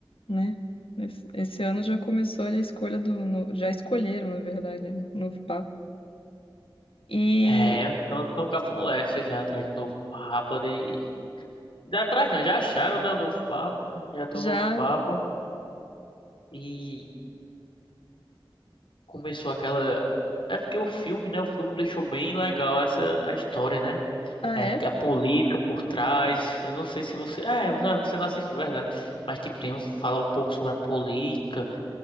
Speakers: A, on the left (about 80°); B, on the left (about 65°).
A: né? Esse, esse ano já começou ali a escolha do. no- já escolheram, na verdade, né? Novo Papa. E
B: É, então estão com a moléstia já atrás do novo Papa de. Já atrás não, já acharam, né? O novo Papa, já tem
A: já.
B: o novo Papa. E começou aquela. É porque o filme, né? O filme deixou bem legal essa a história, né?
A: Ah,
B: É
A: é?
B: que a política por trás. Eu não sei se você. Ah, É, você você não assistiu, verdade. Mas, tipo, tem um, fala um pouco sobre a política